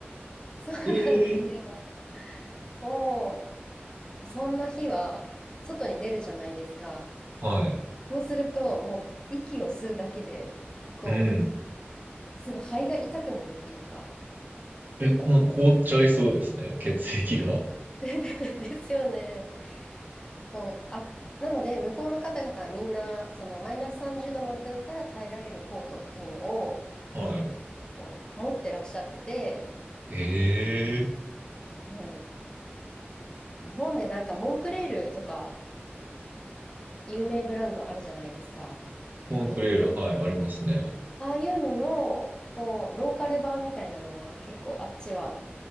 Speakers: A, on the left; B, on the right.
A: そうなんですよ。
B: えー。
A: もう、そんな日は外に出るじゃないですか。
B: はい。
A: そうすると、もう息を吸うだけで、こ
B: うん。
A: う、すごい肺が痛くなるっていうか。
B: え、こ、凍っちゃいそうですね。血液が。
A: <laughs> ででですよね。こう、あ、なので、向こうの方々はみんな、そのマイナス30度までだったら耐えられるコートっていうのを、
B: はい。
A: あの、持ってらっしゃってて、
B: えー。
A: はい。日本でなんかモンクレールとか有名ブランドあるじゃないですか。
B: モンクレール、
A: 日本
B: はい、ありますね。
A: ああいうのの、こう、ローカル版みたいなのが結構あっちは、